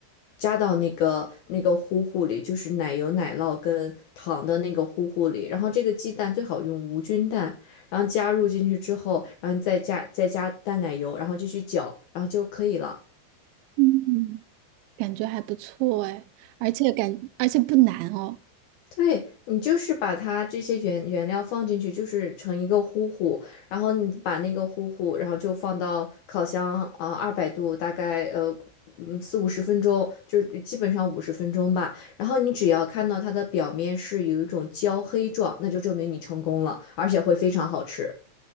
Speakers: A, on the left; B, on the right.
A: 加到那个那个糊糊里，就是奶油、奶酪跟糖的那个糊糊里。然后这个鸡蛋最好用无菌蛋，然后加入进去之后，然后你再加再加淡奶油，然后继续搅，然后就可以了。
B: 嗯。感觉还不错哎，而且感而且不难哦，
A: 对，你就是把它这些原原料放进去，就是成一个糊糊，然后你把那个糊糊，然后就放到烤箱啊，二、百度，大概呃嗯四五十分钟，就是基本上五十分钟吧。然后你只要看到它的表面是有一种焦黑状，那就证明你成功了，而且会非常好吃。